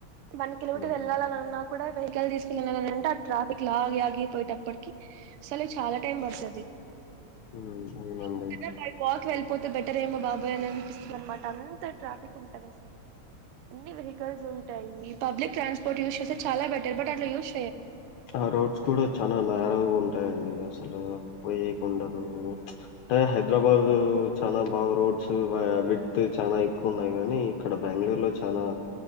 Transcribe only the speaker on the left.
ఉమ్
ఉమ్, అవునండి
ఆ రోడ్స్ కూడా చాలా న్యారో గుం ఉంటాయి అండి అస ట్లా పోయ్యే కి ఉండదు అంటే హైదరాబాద్ చాలా బాగు రోడ్స్ వెడ్త్ చాలా ఎక్కువ ఉన్నాయి గానీ ఇక్కడ బెంగళూరు లో చాలా